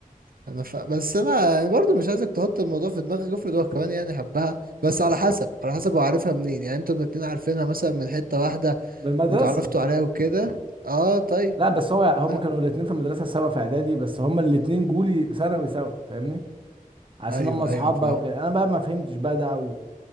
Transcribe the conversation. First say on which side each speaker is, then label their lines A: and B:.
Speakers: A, on the right; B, on the right.
A: انا ف... بس انا يعني برضو مش عايزك تحط الموضوع في دماغك افرض هو كمان يعني حبها بس على حسب على حسب هو عارفها منين يعني انتوا الاتنين عارفينها مثلا من حتة واحدة
B: بالمدرسه
A: واتعرفتوا عليها وكده اه طيب
B: لا بس هو هما
A: آه.
B: كانوا الاثنين في المدرسه سوا في اعدادي بس هما الاثنين جولي ثانوي سوا فاهمني حاسس
A: ايوه
B: ان هما اصحاب
A: ايوه فاهم
B: بقى وكده انا بقى ما فهمتش بقى ده او